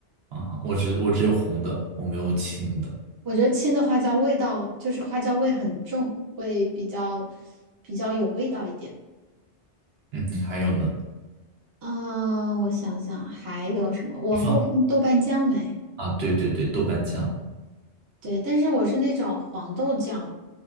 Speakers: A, on the right; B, on the right.
A: 啊？我只我只有红的，我没有青的。
B: 我觉得青的花椒味道就是花椒味很重，会比较比较有味道一点。
A: 嗯哼，还有呢？
B: 啊、我想想还有什么？我会看豆瓣酱哎，
A: 你放啊？对对对，豆瓣酱。
B: 对，但是我是那种黄豆酱，